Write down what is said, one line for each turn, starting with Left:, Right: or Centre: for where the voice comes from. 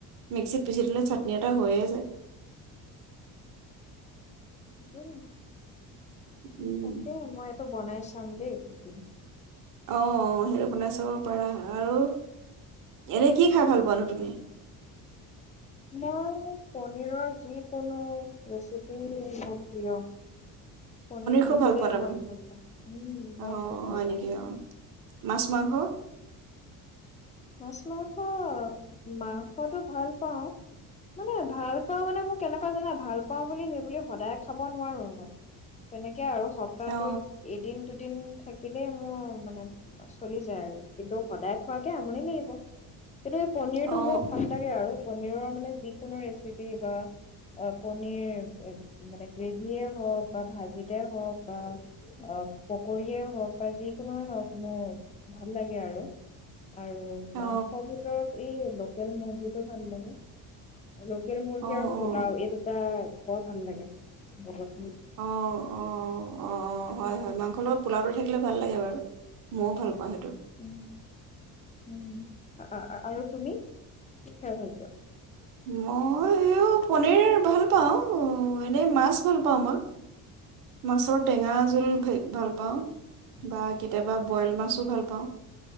Right: মিক্সিত পিচি দিলে চাটনি এটা হৈয়ে আছে।
Left: এইটো
Right: উম
Left: তাকে মই এইটো বনাইছ চাম দেই এদিন।
Right: অ সেইটো বনাই চাব পাৰা, আৰু এনে কি খাই ভাল পানো তুমি?
Left: মই পনীৰৰ যিকোনো ৰেচিপি মোৰ প্ৰিয়। পনীৰ
Right: খুব
Left: থাকিলে
Right: ভাল পোৱা তাৰমানে
Left: মই ভাল পাওঁ উম মই
Right: অ
Left: খুব ভাল
Right: হয় নেকি
Left: পাওঁ।
Right: অ মাছ মাংস?
Left: মাছ মাংস মাংসটো ভাল পাওঁ মানে ভাল পাও মানে মোক কেনেকুৱা জানাই ভাল পাওঁ বুলি সেই বুলি সদায় খাব নোৱাৰো। নাই তেনেকে আৰু সপ্তাহটোত
Right: অ
Left: এদিন দুদিন থাকিলেই মোৰ মানে চলি যায় আৰু কিন্তু সদায় খোৱাকে আমনি <unintelligible> কিন্তু এই পনীৰটো
Right: অ
Left: মোৰ ভাল লাগে আৰু পনীৰৰ মানে যিকোনো ৰেচিপি বা পনীৰ মানে গ্ৰেভিয়ে হওক বা ভাজিতে হওক বা পকৰয়েই হওক বা যিকোনোৱে হওক মোৰ ভাল লাগে আৰু আৰু
Right: অ
Left: মাংসৰ
Right: অ
Left: ভিতৰত এই ম কিটো ভাল লাগে লোকেল মুৰ্গী
Right: অ অ
Left: আৰু
Right: অ
Left: পোলাও এই দুটা বৰ ভাল লাগে বত
Right: অ-অ-অ হয়-হয় মাংসত পোলাতে থাকিলে ভাল লাগে বাৰু ময়ো ভাল পাওঁ সেইটো,
Left: উম উম আৰু তুমি কি খাই ভাল পোৱা?
Right: মই এই পনীৰ ভাল পাওঁ এনেই মাছ ভাল পাওঁ মই মাছৰ টেঙা জোল ভ ভাল পাওঁ বা কেতিয়াবা বইল মাছো ভাল পাওঁ